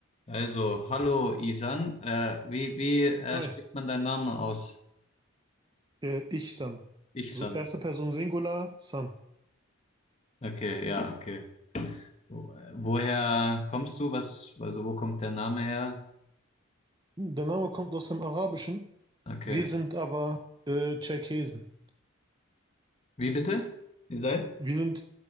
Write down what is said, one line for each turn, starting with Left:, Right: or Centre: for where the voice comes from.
Left: Also, hallo Isan. Äh, wie wie äh,
Right: Hi,
Left: spricht man deinen Namen aus?
Right: äh, ich San.
Left: Ichsan.
Right: So erste Person Singular, San.
Left: Okay, ja, okay. Wo- äh, Woher kommst du? Was, also wo kommt der Name her?
Right: Der Name kommt aus dem Arabischen.
Left: Okay.
Right: Wir sind aber äh, Tscherkesen.
Left: Wie bitte? Ihr seid?
Right: Wir sind